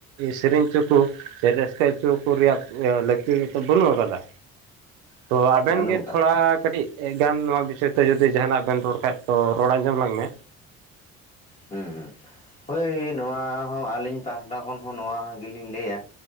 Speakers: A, on the right (about 70°); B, on the left (about 20°).
A: ᱥᱮᱨᱮᱧ ᱦᱚᱪᱚ ᱠᱚ᱾ ᱥᱮ ᱨᱟᱹᱥᱠᱟᱹ ᱦᱚᱪᱚᱣᱟᱠᱚ ᱨᱮᱭᱟᱜ ᱞᱟᱹᱠᱛᱤ ᱫᱚᱛᱚ ᱵᱟᱹᱱᱩᱜ ᱟᱠᱟᱫᱟ᱾ ᱛᱚ ᱟᱵᱮᱱ
B: ᱵᱟᱹᱱᱩᱜ
A: ᱜᱮ
B: ᱟᱠᱟᱫ
A: ᱛᱷᱚᱲᱟ
B: ᱛᱟᱦᱮᱸᱫ
A: ᱠᱟᱹᱴᱤᱡ ᱮ ᱜᱟᱱ ᱱᱚᱣᱟ ᱵᱤᱥᱚᱭ ᱛᱮ ᱡᱩᱫᱤ ᱡᱟᱦᱟᱱᱟᱜ ᱵᱮᱱ ᱨᱚᱲ ᱠᱷᱟᱡ ᱛᱚ ᱨᱚᱲ ᱟᱸᱡᱚᱢ ᱞᱟᱝ ᱢᱮ
B: ᱦᱮᱸ ᱦᱮᱸ ᱦᱚᱭ ᱱᱚᱣᱟ ᱦᱚᱸ ᱟᱹᱞᱤᱧ ᱯᱟᱦᱴᱟ ᱠᱷᱚᱱ ᱦᱚᱸ ᱱᱚᱣᱟ ᱜᱮᱞᱤᱧ ᱞᱟᱹᱭᱟ